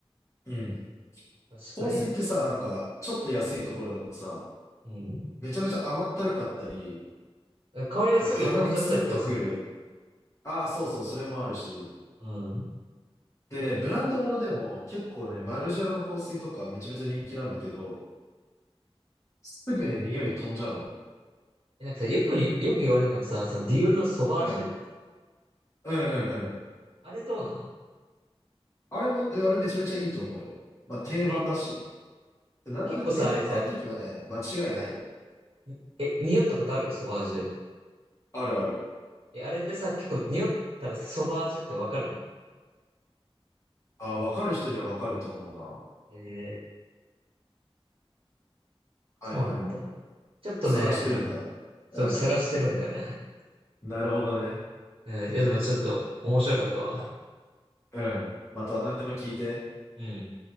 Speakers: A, on the left; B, on the right.
A: うん。
B: 確かに。
A: 香水ってさ、なんか、ちょっと安いところだとさ、
B: うん。
A: めちゃめちゃ甘ったるかったり、
B: 香りがすぐ飛んじゃったりとかするんだよね。
A: なんか鼻にツンとくる。ああ、そうそう、それもあるし、
B: うん。
A: でね、ブランドものでも結構ね、マルジェラの香水とかめちゃめちゃ人気なんだけど、すぐね、匂い飛んじゃうのよ。
B: え、なんかさ、よくに、よく言われるのがさ、そのディオールのソバージュ
A: うん。うんうんうん。
B: あれどうなの
A: あれも、えあれめちゃめちゃいいと思うよ。まあ定番だし。
B: 本当に
A: なんなら定番買っとけばね、
B: 結構さ、あれさ、
A: 間違いないよ。
B: にえ、匂ったことあるソバージュ。
A: あるある。
B: え、あれってさ、結構匂ったらさソバージュってわかるの
A: あー、わかる人にはわかると思うな。
B: えー、
A: はいはいはい。
B: そうなんだ。ちょっとね、
A: 探してるんだ。
B: あのそう、
A: うん。
B: 探してるんだよね。
A: なるほどね。
B: うん。いや、でもちょっと面白かったわ。
A: うん。また何でも聞いて。
B: うん。